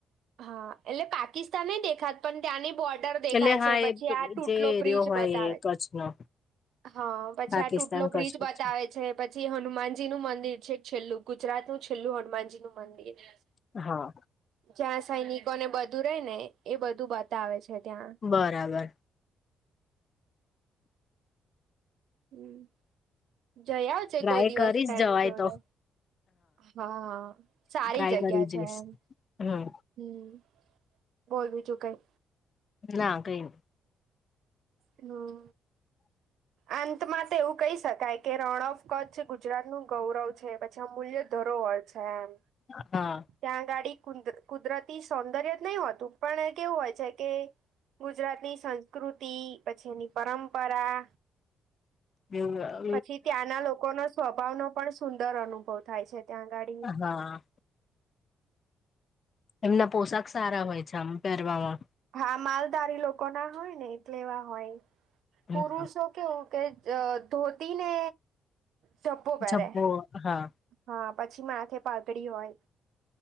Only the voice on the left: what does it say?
એટલે હા
એ
જે એરિયો
હોય
એ કચ્છનો
પાકિસ્તાન
કચ્છ
હહ
બરાબર.
ટ્રાય
કરીશ
જવાય
તો
ટ્રાય
કરી
જઈશ
હમ
ના કઈ નહીં.
અ હા
એવું અ
હા એમના પોશાક સારા હોય છે આમ પહેરવામાં.
હમ
જબ્બો હા